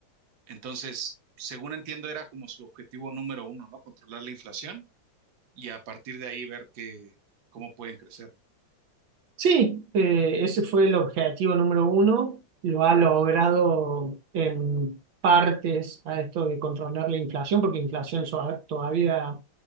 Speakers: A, on the right (about 55°); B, on the right (about 80°).
A: Entonces, según entiendo, era como su objetivo número uno, ¿no? Controlar la inflación y a partir de ahí ver que, cómo pueden crecer.
B: Sí, eh, ese fue el objetivo número uno. Lo ha logrado en partes a esto de controlar la inflación, porque inflación so- todavía